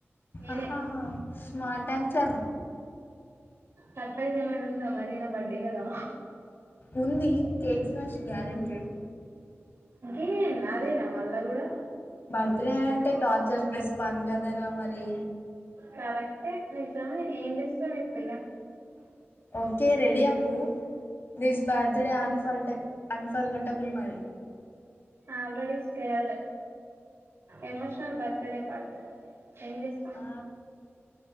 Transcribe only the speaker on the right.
నేనే
సర్ప్రైజ్ ఏమైనా ఉందా మరి నా బర్డే కదా.
ఏనా అదేనా మల్ళ కూడా.
కరెక్టే నిజమే ఏం చేస్తాం ఇప్పుడిక.
Already scared emotional birthday party ఏం చేస్తాం